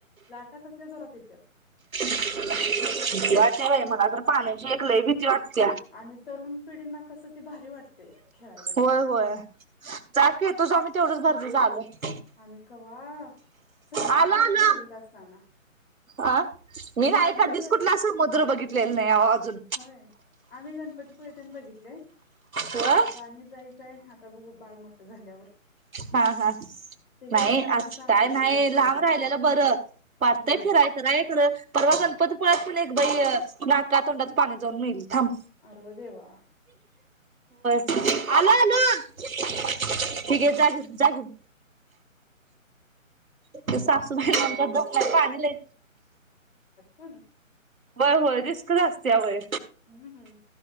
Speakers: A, on the left; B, on the right.
A: लाटा कसल्या जोरात येत्यात.
B: <unintelligible> पाण्याची
A: ह
B: एक लयी भीती वाटत्या.
A: आणि तरुण पिढींना कसं ते भारी वाटते खेळायला
B: होय
A: ते
B: होय जा की तु जा मी तेवडचं <unintelligible>
A: आम्ही कवा सहलीत
B: आलं
A: न
B: आलं.
A: गेलतो दहावीत असताना.
B: आ मी
A: सहलीतन
B: नाय कधीचं
A: गेल
B: कुठला समुद्र बघितलेला नाही अवो अजून
A: होय. आम्ही गणपतीपुळे तेन बघितले
B: होय.
A: आता आणि जायचंय आता बघू बाळ मोठं झाल्यावर
B: हा, हा.
A: त्याच्या
B: नाही
A: विचारानच
B: आताय
A: आम्ही कुठं
B: नाही
A: जात
B: लाब
A: जास्त
B: राहिलेलं बरं. वाटतंय
A: होय
B: फिराय कराय खरं परवा गणपतीपुळ्यात कुनी बाई नाका तोंडात पाणी जाऊन मेली. थांब.
A: अरं देवा.
B: आलो, आलो. ठीक आहे जा घेऊन, जा घेऊन. ते साफ सफाई
A: मग
B: आमच्यात दम नाही पाणी लयी
A: हो ना.
B: बर होय, रिस्कचं असत्या होय.
A: हम्म, हम्म.